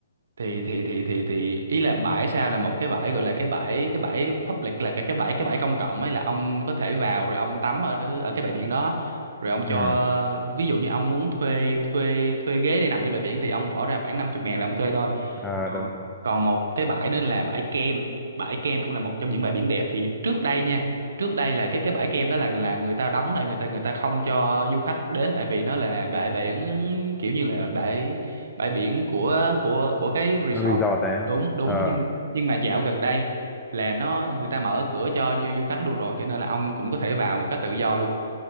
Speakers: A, on the right; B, in the centre.
A: thì thì thì thì thì ý là bãi Sao là một cái bãi gọi là cái bãi cái bãi public là cái cái bãi cái bãi công cộng ấy là ông có thể vào rồi ông tắm ở ở cái bãi biển đó rồi ông cho
B: ừ
A: ví dụ như ông muốn thuê thuê thuê ghế để nằm trên bãi biển thì ông bỏ ra khoảng 50 ngàn là ông thuê thôi
B: ờ
A: Ờ.
B: đúng đúng
A: Còn một cái bãi nữa là bãi Kem. Bãi Kem cũng là một trong những bãi biển đẹp thì trước đây nha, trước đây là cái cái bãi Kem đó là là người ta đóng lại người ta người ta không cho du khách đến tại vì nó là bãi biển kiểu như là bãi bãi biển của của của cái resort.
B: resort đấy
A: Đúng đúng
B: ờ
A: nhưng nhưng mà dạo gần đây là nó người ta mở cửa cho du, du khách luôn rồi cho nên là ông cũng có thể vào một cách tự do luôn